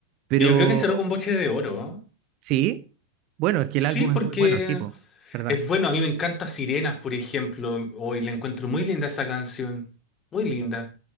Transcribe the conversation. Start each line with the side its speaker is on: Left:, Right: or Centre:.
Right: Pero
Left: Y yo creo que cerró con Boche de Oro. ¿no?
Right: sí, bueno, es que
Left: Sí,
Right: el álbum
Left: porque
Right: es muy bueno, sí, pues, ¿verdad?
Left: Es bueno, a mí me encanta Sirenas, por ejemplo. Hoy la encuentro muy linda esa canción. Muy linda.